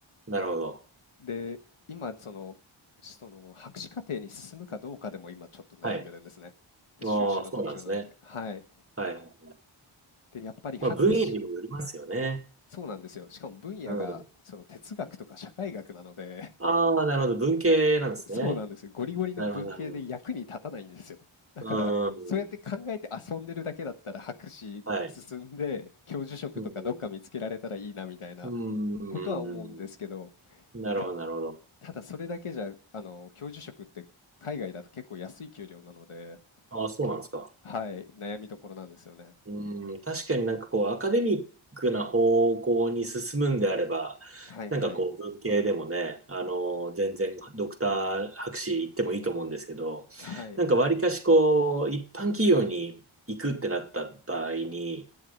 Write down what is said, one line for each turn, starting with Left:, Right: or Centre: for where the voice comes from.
Right: なるほど。
Left: で、今その、その博士課程に進むかどうかでも今ちょっと悩んでるんですね。
Right: はい。
Left: で、修士の途中なので。
Right: ああ、そうなんですね。
Left: はい。
Right: はい。
Left: で、やっぱり博士、
Right: まあ、分野にもよりますよね。
Left: そうなんですよ。しかも分野がその哲学とか社会学なので、
Right: うん。ああ、なるほど。文系なんですね。
Left: <laughs> そうなんですよ。ゴリゴリの文系で役に立たないんですよ。
Right: なるほど、なるほど。
Left: だから、
Right: うーん。
Left: そうやって考えて遊んでるだけだったら博士進んで、
Right: はい。
Left: 教授職とかどっか見つけられたらいいなみたいな
Right: うん。うん。うん。
Left: ことは思うんですけど、
Right: うんうんなるほど、
Left: やっ
Right: なるほど。
Left: ただそれだけじゃ、あの、教授職って海外だと結構安い給料なので、
Right: ああ、そうなんですか。
Left: はい、悩みどころなんですよね。
Right: うん。確かになんかこう、アカデミックな方向に進むんであれば、
Left: はいはい。
Right: なんかこう、文系でもね、あの、全然ドクター博士行ってもいいと思うんですけど、
Left: はい。
Right: なんか割かしこう、一般企業に行くってなった場合に、